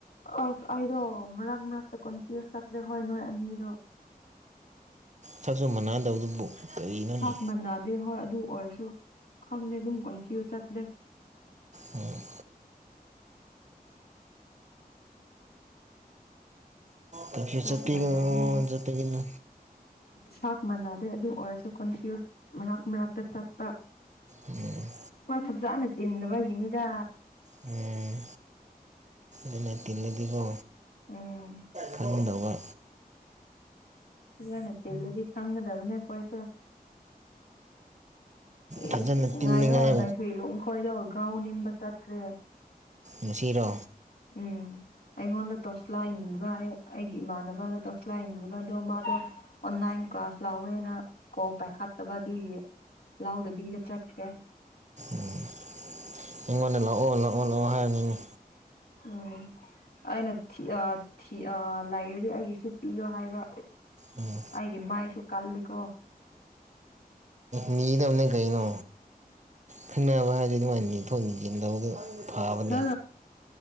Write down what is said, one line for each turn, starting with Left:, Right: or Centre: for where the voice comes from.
Left: ꯑ ꯑꯩꯗꯣ ꯃꯔꯛ ꯃꯔꯛꯇ ꯀꯟꯐ꯭ꯌꯨꯁ ꯆꯠꯂꯦ ꯍꯣꯏ ꯅꯣꯏ ꯑꯅꯤꯗꯣ
Right: ꯁꯛꯁꯨ ꯃꯥꯟꯅꯗꯕꯗꯨꯕꯨ ꯀꯔꯤꯅꯣꯅꯦ
Left: ꯁꯥꯛ ꯃꯅꯗꯦ ꯍꯣꯏ ꯑꯗꯨ ꯑꯣꯏꯔꯁꯨ ꯈꯪꯗꯦ ꯑꯗꯨꯝ ꯀꯣꯟꯐ꯭ꯌꯨꯁ ꯆꯠꯂꯦ
Right: ꯎꯝ ꯀꯦꯟꯐ꯭ꯌꯨꯁ
Left: ꯆꯥꯛ
Right: ꯆꯠꯄꯤꯒꯅꯣ
Left: ꯃꯥꯟꯅꯗꯦ
Right: ꯆꯠꯄꯤꯒꯅꯣ
Left: ꯁꯥꯛ ꯃꯥꯟꯅꯗꯦ ꯑꯗꯨ ꯑꯣꯏꯔꯁꯨ ꯀꯣꯟꯐ꯭ꯌꯨꯁ ꯃꯔꯛ ꯃꯔꯛꯇ ꯆꯠꯄ
Right: ꯎꯝ
Left: ꯐꯖꯥꯅ ꯇꯤꯟꯗꯕꯒꯤꯅꯤꯗ
Right: ꯎꯝ ꯑꯗꯨꯅ ꯇꯤꯜꯂꯗꯤꯀꯣ
Left: ꯎꯝ
Right: ꯈꯪꯗꯧꯕ
Left: ꯐꯌꯦꯅ ꯇꯤꯜꯂꯗꯤ ꯈꯪꯒꯗꯕꯅꯦ ꯑꯩꯈꯣꯏꯁꯦ ꯑꯦꯁ
Right: ꯐꯖꯅ ꯇꯤꯟꯅꯤꯡꯉꯥꯏ
Left: ꯉꯥꯏꯌꯣ ꯅꯣꯏꯀ꯭ꯔꯤ ꯂꯣꯡꯈꯣꯏꯗꯣ ꯒꯥꯎ ꯅꯤꯡꯕ ꯆꯠꯈ꯭ꯔꯦ
Right: ꯉꯁꯤꯔꯣ
Left: ꯎꯝ ꯑꯩꯉꯣꯟꯗ ꯇꯣꯁꯂꯥꯏ ꯅꯤꯕ ꯑꯩꯒꯤ ꯏꯃꯥꯟꯅꯕꯗ ꯇꯣꯁꯂꯥꯏ ꯅꯤꯕꯗꯣ ꯃꯥꯗꯣ ꯥꯏꯟ ꯀ꯭ꯂꯥꯁ ꯂꯥꯎꯋꯦꯅ ꯀꯣꯜ ꯄꯥꯏꯈꯠꯇꯕ ꯑꯗꯨꯏꯒꯤ ꯂꯥꯎꯗꯕꯤꯗ ꯆꯠꯈ꯭ꯔꯦ
Right: ꯎꯝ ꯑꯩꯉꯣꯟꯗ ꯂꯥꯛꯑꯣ ꯂꯥꯛꯑꯣ ꯂꯥꯛꯑꯣ ꯍꯥꯏꯔꯅꯤꯅꯦ
Left: ꯎꯝ ꯑꯩꯅ ꯊꯤ ꯑ ꯊ ꯑ ꯂꯥꯏꯔꯤꯛꯁꯦ ꯑꯩꯒꯤꯁꯨ ꯄꯤꯌꯣ ꯍꯥꯏꯕ
Right: ꯎꯝ
Left: ꯑꯩꯒꯤ ꯃꯥꯏꯁꯨ ꯀꯜꯂꯤꯀꯣ
Right: ꯅꯤꯒꯗꯝꯅꯦ ꯀꯩꯅꯣ ꯈꯪꯅꯕ ꯍꯥꯏ ꯑꯗꯨ ꯑꯗꯨꯃꯥꯏꯅ ꯌꯦꯡꯊꯣꯛ ꯌꯦꯟꯁꯤꯟ ꯇꯧꯕꯗꯣ ꯐꯕꯅꯦ
Left: ꯍꯥ